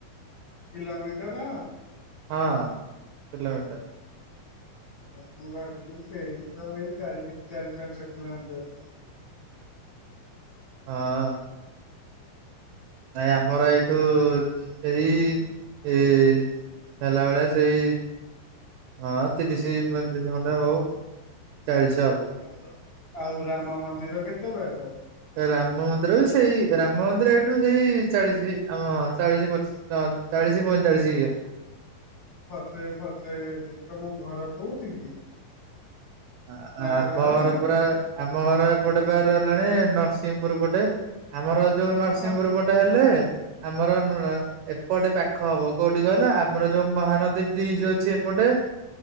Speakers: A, on the left; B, on the right.
A: କିଲୋମିଟର।
B: ହଁ କିଲୋମିଟର।
A: ହଁ ମୁଁ ଭାବିଲି ସେଇ ତ ଏଇ ଚାରି ଚାରି ପାଞ୍ଚ କିଲୋମିଟର।
B: ହଁ। ଭାଇ ଆମର ଏଇଠୁ
A: ସେମ
B: ହୁଁ ଏହି ଏ ହେଲା ବେଳେ ସେଇ ହଁ ତିରିଶି ପଇଁତିରିଶି ଖଣ୍ଡ ହବ ଚାଳିଶି ହବ।
A: ଆଉ ଆଉ ରାମ ମନ୍ଦିର କେତେ ବାଟ?
B: ରାମ ମନ୍ଦିର ବି ସେଇ ରାମ ମନ୍ଦିର ଏଇଠୁ ସେଇ ଚାଳିଶି ଆମ ଚାଳିଶି ପଚିଶି। ତ ଚାଳିଶି ପଇଁଚାଳିଶି।
A: ଫସେଇ ଫସେଇ ତମ ଘର କୋଉଠି କି?
B: ଆ
A: ନୟାଗଡ
B: ଆ ଆମ ଘର
A: ନୁହଁ
B: ପୁରା ଆମ ଘର ଏପଟେ ରହିଲାଣି ନରସିଂହପୁର ପଟେ। ଆମର ଯୋଉ ନରସିଂହପୁର
A: ଓହୋ
B: ପଟେ ହେଲେ ଆମର ନଆ ଏପଟେ ପାଖ ହବ କୋଉଠି କହିଲ ଆମର ଯୋଉ ମହାନଦୀ ବ୍ରିଜ ଅଛି ଏପଟେ।